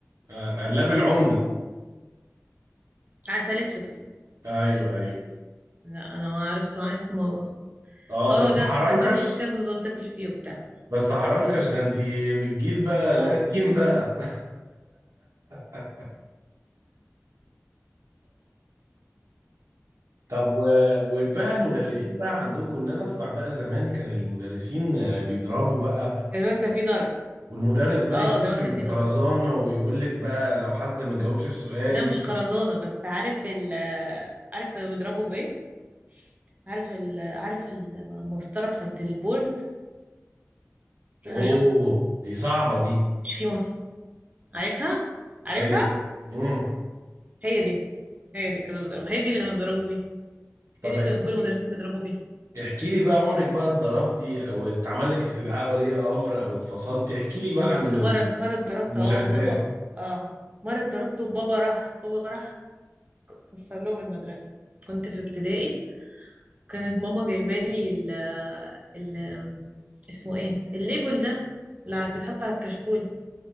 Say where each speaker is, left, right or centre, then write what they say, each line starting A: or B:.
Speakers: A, on the right; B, on the right.
A: آه قلاب العمدة
B: عسل اسود كده
A: ايوه ايوه
B: لا انا ما اعرفش ما اسمه
A: اه
B: اه
A: بس
B: ده
A: حرنكش
B: عسل اسود كده تفضل تاكل فيه وبتاع
A: بس حرنكش ده انت من الجيل بقى القديم
B: اه
A: بقى <laughs> طب و- وبقى المدرسين بقى عندكم ان انا اسمع بقى زمان كان المدرسين آه، بيضربوا بقى
B: زمان كان في ضرب
A: والمدرس بقى
B: اه
A: يخش
B: زمان
A: بالخرزانة
B: كان في ضرب
A: ويقول لك بقى لو حد ما جاوبش السؤال
B: ده
A: مين
B: مش خرزانة بس عارف ال عارف كانوا بيضربوا بايه عارف ال عارف المسطرة بتاعت البورد الخشب
A: اوه دي صعبة دي
B: مش في مص عارفها عارفها
A: ايوه امم
B: هي دي هي دي كانوا بيضربوا هي دي اللي كانوا بيضربوا بيها
A: طب
B: هي دي
A: احكي
B: كانوا كل المدرسين بيضربوا بيها
A: احكي لي بقى عمرك بقى اتضربتي او اتعمل لك استدعاء ولي امر او اتفصلتي احكي لي بقى عن
B: مرة مرة اتضربت
A: المشاغبات
B: اه وبابا اه مرة اتضربت وبابا راح بابا راح كسر لهم المدرسة كنت في ابتدائي كانت ماما جايبالي ال ال اسمه ايه الليبل ده اللي بيتحط على الكشكول